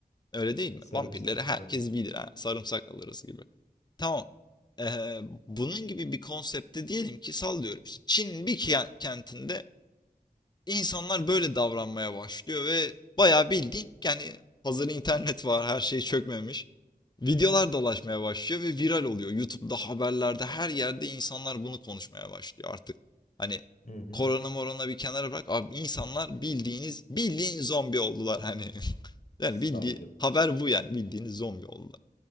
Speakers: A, on the left; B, on the left.
A: Öyle değil mi?
B: sarımsak
A: Vampirleri herkes
B: falan.
A: bilir. Ha, sarımsak alırız gibi. Tamam. E, bunun gibi bir konsepte diyelim ki sallıyorum. işte Çin'in bir ke- kentinde insanlar böyle davranmaya başlıyor ve bayağı bildiğin yani hazır internet var her şey çökmemiş. Videolar dolaşmaya başlıyor ve viral oluyor. YouTube'da, haberlerde, her yerde insanlar bunu konuşmaya başlıyor artık. Hani
B: Hı hı.
A: korona morona bir kenara bırak. Abi insanlar bildiğiniz, bildiğin zombi oldular hani. <laughs> Yani
B: Salgın.
A: bildiği haber bu yani bildiğiniz zombi oldular.